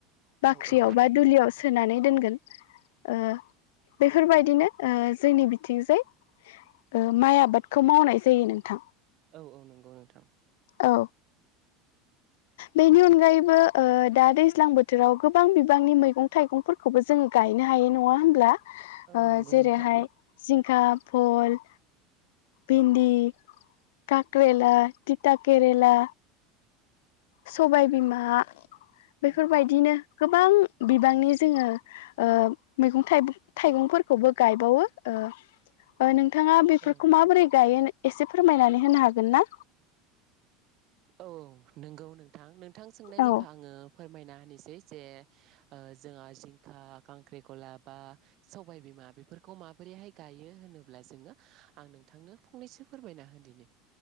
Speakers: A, on the left; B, on the right.
A: बाख्रियाव
B: औ औ
A: बा दुलियाव सोनानै दोनगोन ओ बेफोरबायदिनो ओ जोंनि बिथिंजाय ओ माइ आबादखौ मावनाय जायो नोंथां।
B: औ औ नंगौ नोंथां।
A: औ
B: <inaudible>
A: बेनि अनगायैबो ओ दा दैज्लां बोथोराव गोबां बिबांनि मैगं थाइगंफोरखौबो जोङो गायनो हायो नङा होनब्ला ओ
B: औ नंगौ
A: जेरै'हाय
B: नोंथां
A: जिंखा, फल भिन्दि, कक्रेला टिथा केरला सबायबिमा
B: औ
A: बेफोरबायदिनो गोबां बिबांनि जोङो ओ मैगं थाइबं थाइगंफोरखौबो गायबावो ओ नोंथाङा बेफोरखौ
B: औ औ नंगौ
A: माबोरै गायो? एसे फोरमायनानै होनो हागोन ना
B: औ नंगौ नोंथां नोंथां सोंनाय
A: औ
B: लेखा आङो फोरमायना होनिसै जे जोंहा जिंखा खांख्रिखला बा सबाय बि बेफोरखौ माबोरैहाय गायो होनोब्ला जोङो आं नोंथांनो फंनैसो फोरमायना होदिनि